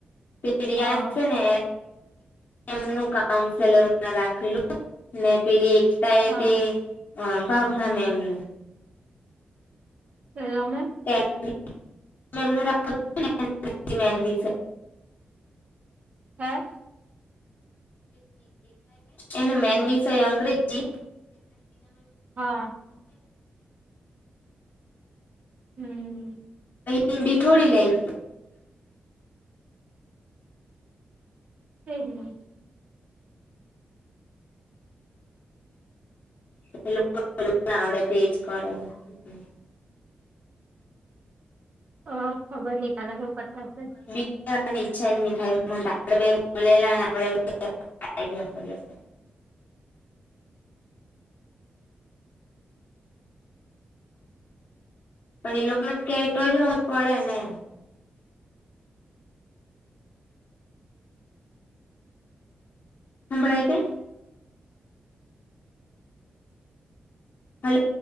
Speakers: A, on the left; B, on the right.
A: પે રિયા
B: હા
A: છેને. મ ન કાઉન્સેલર રાખેલું મે પેલી એક. ત એ
B: હા
A: તે અ ભાવના મે એમ <unintelligible>
B: એમે.
A: <unintelligible>
B: હે.
A: એનો મેન વિષય અંગ્રેજી.
B: હા. હમ્મ.
A: હિંદી થોડી લેય.
B: <unintelligible>
A: <unintelligible>
B: અ ખબર નનીકલે હ પતાશે <unintelligible>
A: વાની ઈચ્છા જ નહીં થાય, આપે બે બોલેલાને આપે. પણ એ લોકોને કેતો જ હોવ જ પડે ને. હભરાય કે? હલો